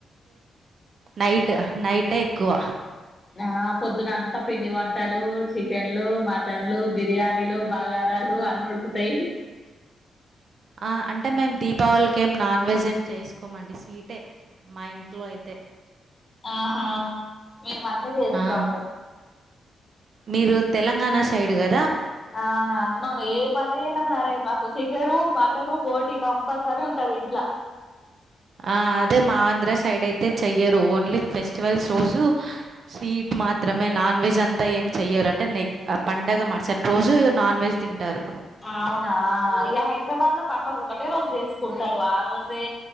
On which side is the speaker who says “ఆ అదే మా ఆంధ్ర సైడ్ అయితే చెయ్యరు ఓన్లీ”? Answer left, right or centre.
Right